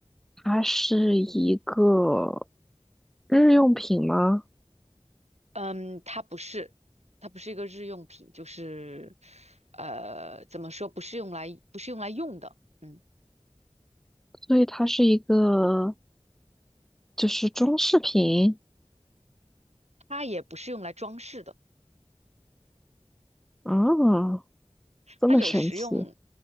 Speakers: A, in the centre; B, on the right.
A: 它是一个日用品吗？
B: 嗯，它不是，它不是一个日用品，就是，呃，怎么说，不是用来不是用来用的，嗯，
A: 所以它是一个就是装饰品
B: 它也不是用来装饰的，
A: 啊，这么神奇。
B: 它有实用，